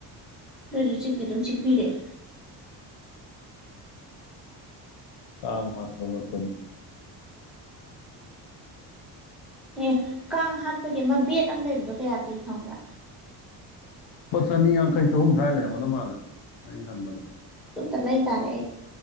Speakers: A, in the centre; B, on the left.
A: ꯑꯗꫭꯏꯖꯨ ꯆꯤꯛꯇꯤ ꯗꯨꯝ ꯆꯤꯛ ꯄꯤꯔꯛꯑ
B: ꯀꯥꯡ ꯃꯥꯁꯨ ꯑꯉꯛ ꯄꯅꯤ
A: ꯑꯦ ꯀꯥꯡ ꯍꯥꯠꯄꯒꯤ ꯑꯃ ꯕꯦꯠ ꯑꯃ ꯂꯩꯕꯗꯣ ꯀꯌꯥ ꯄꯤ ꯈꯪꯕ꯭ꯔꯥ
B: ꯂꯨ ꯆꯅꯤ ꯌꯥꯡꯈꯩ ꯆꯍꯨꯝ ꯁꯥꯏ ꯂꯩꯔꯝꯉꯗ ꯃꯥꯜꯂꯦ ꯑꯩꯅ ꯈꯟꯕꯗ
A: ꯑꯗꯨꯝꯇ ꯂꯩ ꯇꯥꯔꯦ ꯑꯩ